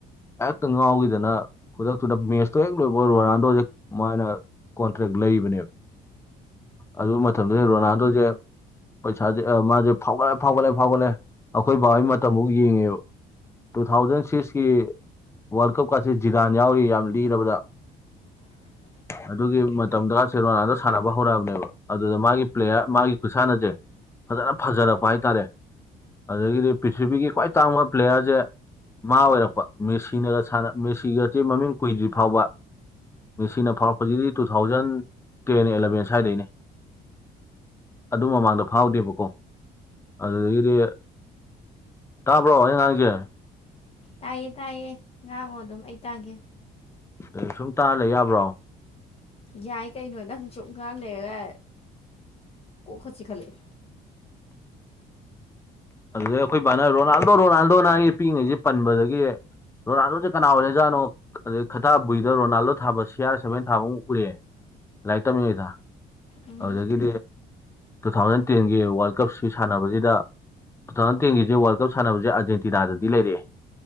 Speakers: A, on the left (about 15°); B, on the left (about 35°).
A: ꯍꯦꯛꯇ ꯉꯥꯎꯒꯤꯗꯅ ꯈꯨꯗꯛꯇꯨꯗ ꯃꯦꯁꯇꯣ ꯍꯦꯛ ꯂꯣꯏꯕ ꯔꯣꯅꯥꯜꯗꯣꯖꯦ ꯃꯥꯅ ꯀꯣꯟꯇ꯭ꯔꯦꯛ ꯂꯩꯕꯅꯦꯕ ꯑꯗꯨ ꯃꯇꯝꯗꯨꯗ ꯔꯣꯅꯥꯜꯗꯣꯖꯦ ꯄꯩꯁꯥꯖꯦ ꯑ ꯃꯥꯖꯦ ꯐꯥꯎꯒꯠꯂꯦ ꯐꯥꯎꯒꯠꯂꯦ ꯐꯥꯎꯒꯠꯂꯦ ꯑꯩꯈꯣꯏ ꯕꯥꯍꯣꯏ ꯃꯇꯝꯕꯧ ꯌꯦꯡꯉꯤꯕ ꯇꯨ ꯊꯥꯎꯖꯟ ꯁꯤꯛꯁꯀꯤ ꯋꯥꯔꯜ ꯀꯞꯀꯥꯁꯦ ꯖꯤꯗꯥꯟ ꯌꯥꯎꯔꯤ ꯌꯥꯝ ꯂꯤꯔꯕꯔꯕꯗ
B: <unintelligible>
A: ꯑꯗꯨꯒꯤ ꯃꯇꯝꯗ ꯁꯦꯔꯣꯅꯥꯜꯗꯣ ꯁꯥꯟꯅꯕ ꯍꯧꯔꯛꯑꯕꯅꯦꯕ ꯑꯗꯨꯗ ꯃꯥꯒꯤ ꯄ꯭ꯂꯦꯌꯥꯔ ꯃꯥꯒꯤ ꯈꯨꯠꯁꯥꯟꯅꯖꯦ ꯐꯖꯅ ꯐꯖꯔꯛꯄ ꯍꯥꯏꯇꯥꯔꯦ ꯑꯗꯒꯤꯗꯤ ꯄ꯭ꯔꯤꯊꯤꯕꯤꯒꯤ ꯈ꯭ꯋꯥꯏ ꯇꯥꯡꯕ ꯄ꯭ꯂꯦꯌꯥꯔꯖꯦ ꯃꯥ ꯑꯣꯏꯔꯛꯄ ꯃꯦꯁꯤꯅꯒ ꯁꯥꯟꯅ ꯃꯦꯁꯤꯒꯁꯤ ꯃꯃꯤꯡ ꯀꯨꯏꯗ꯭ꯔꯤ ꯐꯥꯎꯕ ꯃꯦꯁꯤꯅ ꯐꯥꯎꯔꯛꯄꯁꯤꯗꯤ ꯇꯨ ꯊꯥꯎꯖꯟ ꯇꯦꯟ ꯑꯦꯂꯕꯦꯟ ꯁ꯭ꯋꯥꯏꯗꯒꯤꯅꯤ ꯑꯗꯨ ꯃꯃꯥꯡꯗ ꯐꯥꯎꯗꯦꯕꯀꯣ ꯑꯗꯨꯗꯒꯤꯗꯤ ꯇꯥꯕ꯭ꯔꯣ ꯑꯩ ꯉꯥꯡꯉꯤꯖꯦ
B: ꯇꯥꯏꯌꯦ ꯇꯥꯏꯌꯦ ꯉꯥꯡꯉꯣ ꯑꯗꯨꯝ ꯑꯩ ꯇꯥꯒꯦ
A: ꯀꯩꯅꯣ ꯁꯨꯝ ꯇꯥ ꯂꯩ ꯌꯥꯕ꯭ꯔꯣ
B: ꯌꯥꯏ ꯀꯩꯅꯣ ꯅꯪ ꯁꯨꯝ ꯉꯥꯡ ꯂꯩꯔꯒ ꯀꯣꯛꯀ ꯆꯤꯈꯠꯂꯛꯑꯦ
A: ꯑꯗꯨꯗꯩ ꯑꯩꯈꯣꯏ ꯕꯥꯅ ꯔꯣꯅꯥꯜꯗꯣ ꯔꯣꯅꯥꯜꯗꯣꯅ ꯑꯩ ꯄꯤꯛꯏꯉꯩꯗꯩ ꯄꯟꯕꯗꯒꯤ ꯔꯥꯅꯥꯜꯗꯣꯖꯦ ꯀꯅꯥ ꯑꯣꯏꯔꯖꯥꯠꯅꯣ ꯑꯗꯩ ꯈꯇꯥ ꯕꯨꯏꯗ ꯔꯣꯅꯥꯜꯗꯣ ꯊꯥꯕ ꯁꯤ ꯑꯥꯔ ꯁꯚꯦꯟ ꯊꯥꯕ ꯑꯃꯨꯛ ꯄꯨꯔꯑꯦ ꯂꯥꯏꯔꯤꯛ ꯇꯝꯃꯤꯉꯩꯗ
B: ꯎꯝ
A: ꯑꯗꯨꯗꯒꯤꯗꯤ ꯇꯨ ꯊꯥꯎꯖꯟ ꯇꯦꯟꯒꯤ ꯋꯥꯔꯜ ꯀꯞꯁꯤ ꯁꯥꯟꯅꯕꯁꯤꯗ ꯇꯨ ꯊꯥꯎꯖꯟ ꯇꯦꯟꯒꯤꯖꯦ ꯋꯥꯔꯜ ꯀꯞ ꯁꯥꯟꯅꯕꯁꯦ ꯑꯔꯖꯦꯟꯇꯤꯅꯥꯗꯗꯤ ꯂꯩꯔꯑꯦ